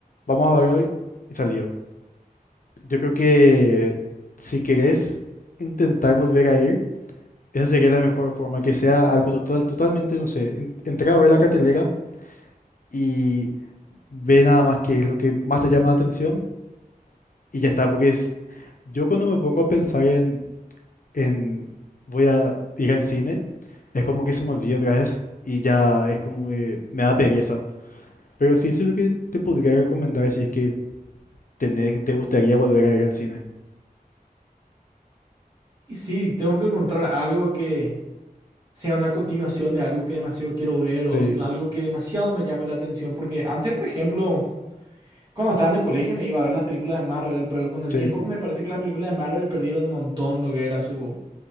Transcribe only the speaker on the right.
Y sí, tengo que encontrar algo que sea una continuación de algo que demasiado quiero ver o
sino algo que demasiado me llame la atención. Porque antes, por ejemplo, cuando estaba en el colegio me iba a ver las películas de Marvel, pero con el
tiempo me parece que las películas de Marvel perdieron un montón lo que era su,